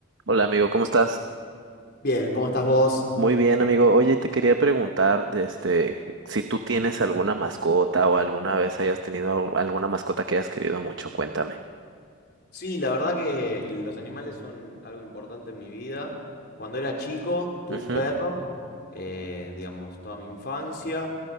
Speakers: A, on the right (about 60°); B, on the left (about 50°).
A: Hola amigo, ¿cómo estás?
B: Bien, ¿cómo estás vos?
A: Muy bien amigo. Oye, te quería preguntar, de este, si tú tienes alguna mascota o alguna vez hayas tenido al- alguna mascota que hayas querido mucho, cuéntame.
B: Sí, la verdad que los animales son algo importante en mi vida. Cuando era chico, tuve
A: Ujú.
B: un perro, eh, digamos, toda mi infancia.